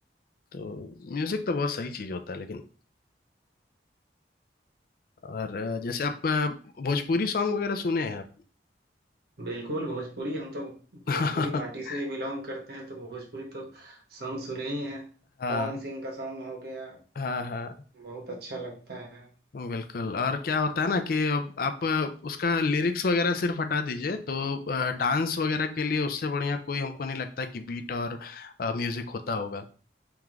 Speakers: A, on the left; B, on the right.
A: तो म्यूजिक तो बहुत सही चीज होता है लेकिन और अ, जैसे आप अ, भोजपुरी सॉन्ग वगैरह सुने हैं आप
B: बिल्कुल भोजपुरी हम तो
A: <laughs>
B: भोजपुरी माटी से ही बिलोंग करते हैं तो भोजपुरी तो सॉन्ग सुने ही हैं
A: हाँ
B: पवन सिंह का सॉन्ग हो गया
A: हाँ हाँ
B: बहुत अच्छा लगता है
A: बिल्कुल और क्या होता है ना कि अब आप उसका लिरिक्स वगैरह सिर्फ हटा दीजिए तो डांस वगैरह के लिए उससे बढ़िया कोई हमको नहीं लगता कि बीट और म्यूजिक होता होगा